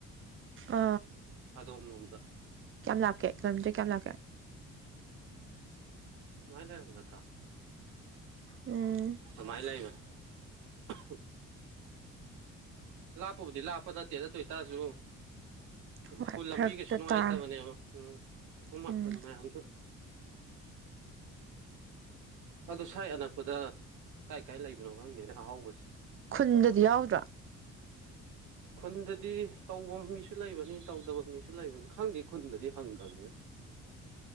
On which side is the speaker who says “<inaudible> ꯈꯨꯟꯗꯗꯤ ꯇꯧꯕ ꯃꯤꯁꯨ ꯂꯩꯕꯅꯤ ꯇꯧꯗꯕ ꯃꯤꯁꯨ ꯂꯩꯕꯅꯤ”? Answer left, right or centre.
Right